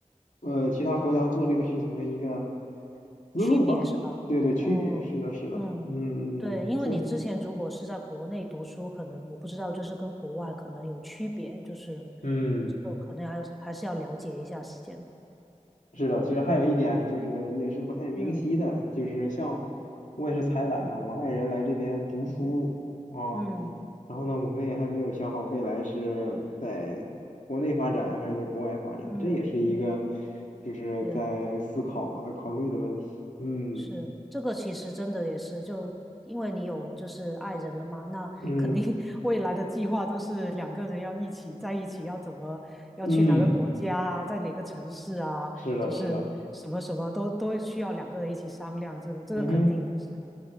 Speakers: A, on the left; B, in the centre.
A: 呃，其他国家做这个事情的一个思路吧，
B: 区别是吧？
A: 对对，区别，
B: 哦，
A: 是的，是的，
B: 嗯，
A: 嗯嗯嗯，
B: 对，因为你之前如果是在国内读书，
A: 所以，
B: 可能我不知道，就是跟国外可能有区别，就是
A: 嗯。
B: 这个可能还还是要了解一下先。
A: 是的，其实还有一点就是也是不太明晰的，
B: 嗯
A: 就是像我也是才来嘛，我爱人来这边读书啊，
B: 嗯
A: 然后呢，我们也还没有想好未来是在国内发展还是在国外发展，
B: 嗯嗯，
A: 这也是一个就是在思考在考虑的问题。
B: 也
A: 嗯
B: 是，这个其实真的也是，就因为你有就是爱人了嘛，那肯定
A: 嗯
B: <laughs> 未来的计划都是两个人要一起在一起，要怎么要去哪个国家啊在哪个城市啊，
A: 嗯，是的，
B: 就是什么什么都都需要两个人一起商量，
A: 是的。
B: 这个这个肯定的，
A: 嗯哼，
B: 是的，